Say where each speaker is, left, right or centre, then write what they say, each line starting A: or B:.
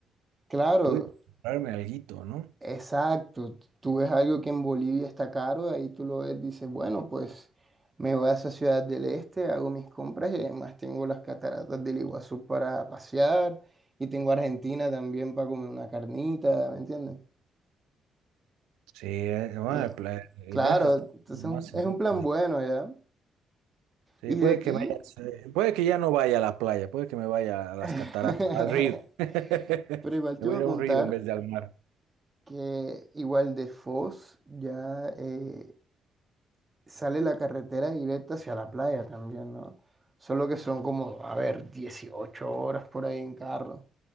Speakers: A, on the right (about 25°); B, on the right (about 80°).
A: claro,
B: puedo comprarme alguito, ¿no?
A: Exacto, tú ves algo que en Bolivia está caro, ahí tú lo ves, dices, bueno, pues me voy a esa ciudad del este, hago mis compras y además tengo las cataratas del Iguazú para pasear y tengo Argentina también para comer una carnita, ¿me entiendes?
B: Sí, eh, bueno,
A: Y,
B: el, pla- el
A: claro,
B: viaje está
A: entonces
B: más
A: es un, es
B: y más
A: un plan
B: interesante.
A: bueno, ¿ya?
B: Sí,
A: Y
B: puede
A: de aquí,
B: que me haya- sí, puede que ya no vaya a la playa, puede que me vaya a las
A: <laughs>
B: cataratas, al río. <laughs>
A: pero igual
B: Me
A: te
B: voy
A: iba
B: a
A: a
B: ir
A: contar
B: a un río en vez de al mar.
A: que igual de Foz ya... eh, sale la carretera directa hacia la playa también, ¿no? Solo que son como, a ver, 18 horas por ahí en carro,